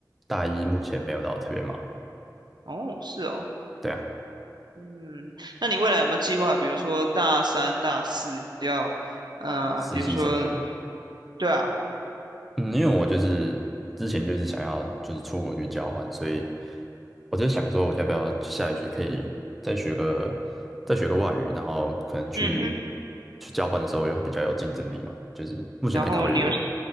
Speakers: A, in the centre; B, on the right (about 75°).
A: 大一目前没有到特别忙。
B: 哦，是哦，
A: 对啊，
B: 嗯，那你未来有没有计划，比如说大三、大四要，呃，
A: 实习什么的嘛。
B: 比如说，对啊，
A: 嗯，因为我就是之前就一直想要就是出国去交换，所以我在想说，我要不要下学期可以再学个再学个外语，然后可能去
B: 嗯哼，
A: 去交换的时候又比较有竞争力嘛。就是目前在考虑的，
B: 然后你有